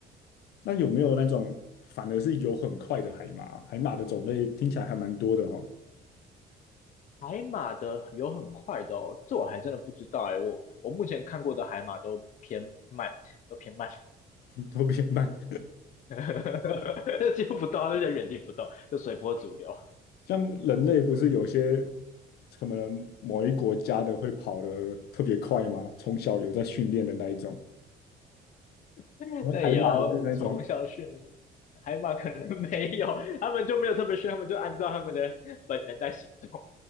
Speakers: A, on the left; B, on the left.
A: 那有没有那种反而是有很快的海马？海马的种类听起来还蛮多的哦，
B: 海马的有很快的哦，这我还真的不知道哎，我我目前看过的海马都偏慢，都偏慢，
A: <laughs> 都比较慢。
B: <laughs> 就几乎不动，它就在原地不动，就随波逐流。
A: 像人类不是有些可能某一国家的会跑得特别快吗？从小有在训练的那一种，
B: <laughs>
A: 然海马也是那种，
B: 那也要从小训海马，可能没有，他们就没有特别训，他们就按照他们的本能在行动。